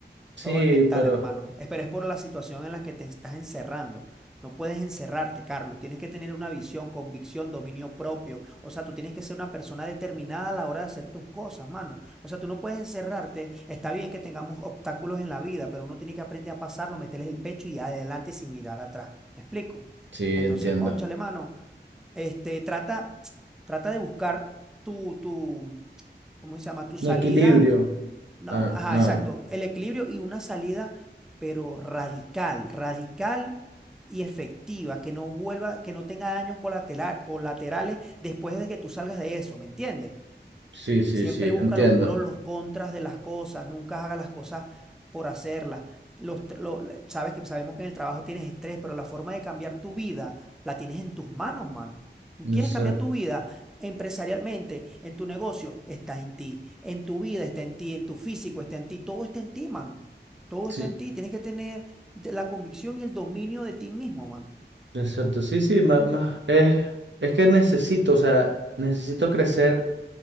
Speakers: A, on the right; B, in the centre.
A: sí,
B: Todo es mental,
A: pero
B: hermano. Es- Pero es por la situación en la que te estás encerrando. No puedes encerrarte, Carlos. Tienes que tener una visión, convicción, dominio propio. O sea, tú tienes que ser una persona determinada a la hora de hacer tus cosas, mano. O sea, tú no puedes encerrarte. Está bien que tengamos obstáculos en la vida, pero uno tiene que aprender a pasarlo, meterles el pecho y adelante sin mirar atrás. ¿Me explico?
A: sí,
B: Entonces,
A: entiendo.
B: cónchale, mano. Este, trata, trata de buscar tu, tu, ¿cómo se llama? Tu salida
A: Mi equilibrio.
B: no,
A: Ah,
B: no, ajá,
A: no,
B: exacto.
A: no.
B: El equilibrio y una salida, pero radical, radical y efectiva, que no vuelva, que no tenga daños colateral- colaterales después de que tú salgas de eso, ¿me entiendes?
A: Sí, sí,
B: Siempre
A: sí, entiendo.
B: busca los pros, los contras de las cosas, nunca haga las cosas por hacerlas. Los, tr- lo- la- sabes que sabemos que en el trabajo tienes estrés, pero la forma de cambiar tu vida la tienes en tus manos, mano. Tú
A: Exacto,
B: quieres cambiar tu vida empresarialmente, en tu negocio, está en ti. En tu vida está en ti, en tu físico está en ti, todo está en ti, mano. Todo
A: sí,
B: está en ti. Tienes que tener de- la convicción y el dominio de ti mismo, mano.
A: exacto. Sí, sí, ma- ma- es, es que necesito, o sea, necesito crecer